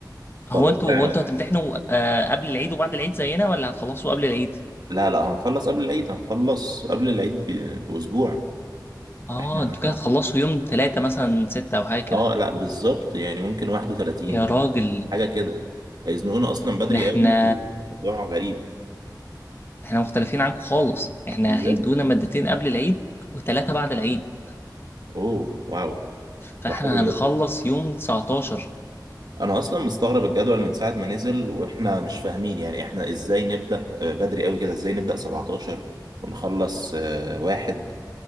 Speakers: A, on the right; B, on the left.
A: فالوضع
B: هو انتوا هو انتوا هتمتحنوا آه، قبل العيد وبعد العيد زينا ولا هتخلصوا قبل العيد
A: لا لا هنخلص قبل العيد هنخلص قبل العيد ب... باسبوع
B: اه
A: احنا
B: انتوا كده هتخلصوا يوم ثلاثة مثلا ستة او حاجة كده
A: اه لا بالظبط يعني ممكن 31
B: يا
A: ممكن
B: راجل
A: حاجه كده هيزنقونا اصلا بدري
B: ده احنا
A: قوي وموضوع غريب
B: احنا مختلفين عنكم خالص احنا
A: بجد؟
B: هيدونا مادتين قبل العيد وثلاثة بعد العيد
A: اوه واو
B: فاحنا
A: ده حلو
B: هنخلص
A: ده
B: يوم 19
A: انا اصلا مستغرب الجدول من ساعه ما نزل واحنا مش فاهمين يعني احنا ازاي نبدا آه، بدري قوي كده ازاي نبدا 17 ونخلص آه، واحد